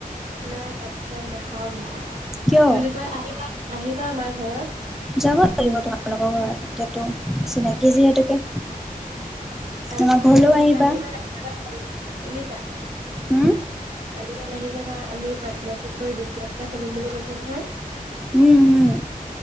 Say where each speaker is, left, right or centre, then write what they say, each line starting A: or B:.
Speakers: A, on the right (about 60°); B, in the centre.
A: নাই চাত নাখাওঁ মই।
B: কিয়?
A: কি বুলি কয় আহিবা আহিবা আমাৰ। ঘৰত।
B: যাব লাগিব তোমালোকৰ ঘৰত এতিয়াতো চিনাকি যিহেতুকে।
A: কালি,
B: আমাৰ ঘৰলৈও আহিবা।
A: কালি বা ৰাতিুৱা শুনিছা
B: হম।
A: কালিমানে আহি যাবা আমি পাৰ্টনাৰশিপ কৰি বিজনেছ এটা খুলিম বুলি কৈছো নহয়।
B: উম উম।